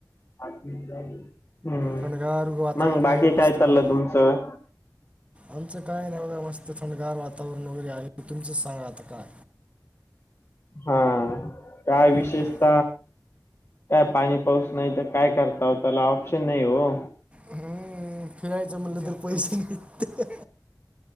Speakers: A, on the left (about 40°); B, on the right (about 15°).
A: पाच मिनिटांनी हम्म
B: थंडगार वातावरण
A: मंग बाकी
B: आहे मस्तपैकी
A: काय चाललं तुमचं
B: आमचं काय नाइ मस्त थंडगार वातावरण वगेरे आहे तुमचंच सांगा आता काय
A: हा काय विशेषत
B: हम्म.
A: काय पाणी पाऊस नाइ तर काय करताव त्याला ऑप्शन नाइ वो
B: हम्म खेळायचं म्हटलं तर पैसे नाही ते